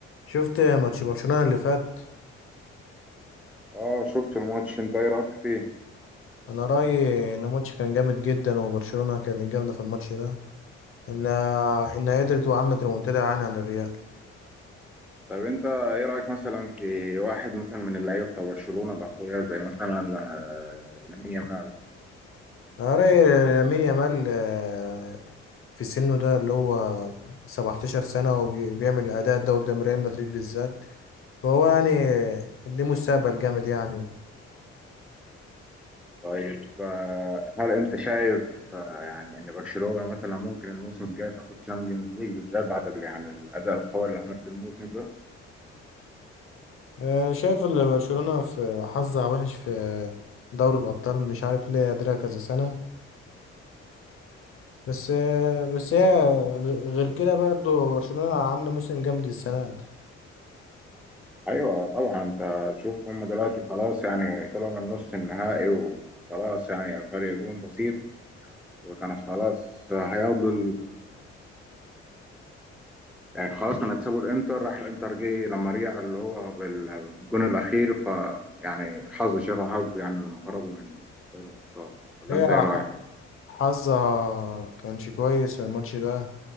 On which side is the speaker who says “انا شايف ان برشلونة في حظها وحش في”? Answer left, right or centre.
Left